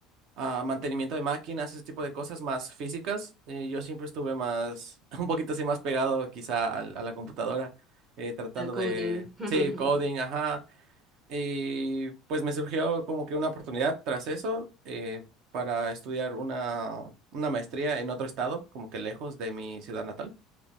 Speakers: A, on the right; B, on the right.
A: a mantenimiento de máquinas, ese tipo de cosas más físicas. eh, yo siempre estuve más, <laughs> un poquito así más pegado quizá al- a, la computadora, eh, tratando
B: El coding.
A: de,
B: <laughs>
A: sí, coding, ajá. Y pues me surgió como que una oportunidad tras eso eh, para estudiar una, una maestría en otro estado, como que lejos de mi ciudad natal.